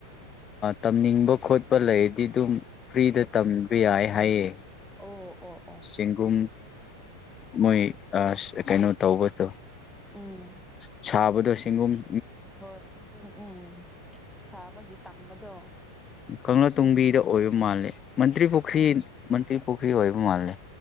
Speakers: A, on the left; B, in the centre.
A: ꯇꯝꯅꯤꯡꯕ ꯈꯣꯠꯄ ꯂꯩꯔꯗꯤ ꯑꯗꯨꯝ ꯐ꯭ꯔꯤꯗ ꯇꯝꯕ ꯌꯥꯏ ꯍꯥꯏꯌꯦ
B: ꯑꯣ ꯑꯣ ꯑꯣ ꯑꯣ
A: ꯆꯦꯡꯒꯨꯝ ꯃꯣꯏ ꯀꯩꯅꯣ ꯇꯧꯕꯗꯣ
B: ꯎꯝ
A: ꯁꯥꯕꯗꯣ ꯁꯦꯡꯒꯨꯝ
B: ꯍꯣꯏ ꯑꯗꯨꯝ ꯎꯝ ꯁꯥꯕꯒꯤ ꯇꯝꯕꯗꯣ
A: ꯀꯪꯂ ꯇꯣꯡꯕꯤꯗ
B: ꯎꯝ
A: ꯑꯣꯏꯕ ꯃꯥꯜꯜꯂꯤꯦ ꯃꯟꯇ꯭ꯔꯤ ꯄꯨꯈ꯭ꯔꯤ
B: ꯑꯣ
A: ꯃꯟꯇ꯭ꯔꯤ ꯄꯨꯈ꯭ꯔꯤ ꯑꯣꯏꯕ ꯃꯥꯜꯂꯦ